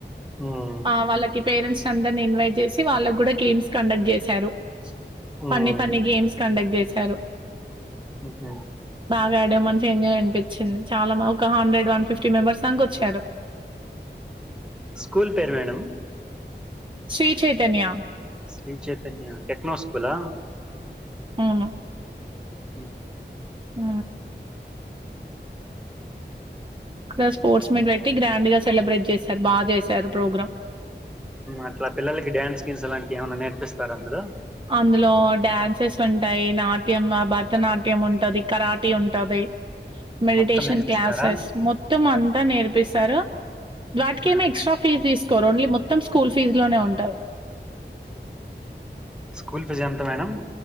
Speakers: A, in the centre; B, on the right (about 25°).
A: ఉమ్
B: ఆ వాళ్ళకి పేరెంట్స్ అందరిని ఇన్వైట్ చేసి వాళ్ళకి కూడా గేమ్స్ కండక్ట్ చేశారు.
A: ఉమ్
B: ఫన్నీ ఫన్నన్ని గేమ్స్ కండక్ట్ చే చ్చారు
A: ఉహ
B: వడో మంచి ఎంజాయ్ అనిపించింది. చాలా ఒక హండ్రెడ్ వన్ ఫిఫ్టీ మెంబర్స్ దాక వచ్చారు.
A: స్కూల్ పేరు మేడం
B: శ్రీచైతన్య
A: శ్రీ చైతన్య టెక్నో స్కూలా
B: ఆను
A: ఉ
B: ఆ ఇక్కడ స్పోర్ట్స్ మీట్ పెట్టి గ్రాండ్గా సెలబ్రేట్ చేస్తారు బాగా చేశారు ప్రోగ్రాం.
A: అట్లా పిల్లలకి డ్యాన్స్ స్ గీన్స్ అలాంటివి ఏమన్నా నేర్పిస్తారు అందు
B: అందులో డ్యాన్సెస్ ఉంటాయి. నాట్యం, భరతనాట్యం ఉంటంది కరాటీ ఉంటది. మెడిటేషన్
A: మొత్తం నేర్పిస్తారా
B: క్లాసెస్ మొత్తం అంతా నేర్పిస్తారు. వాటిక ఏమో
A: ఆహా
B: ఎక్స్ట్రా ఫీజ్ తీసుకోరు ఓన్లీ మొత్తం స్కూల్ ఫీజు లోనే ఉంటుంది
A: స్కూల్ ప జాంతమ్యా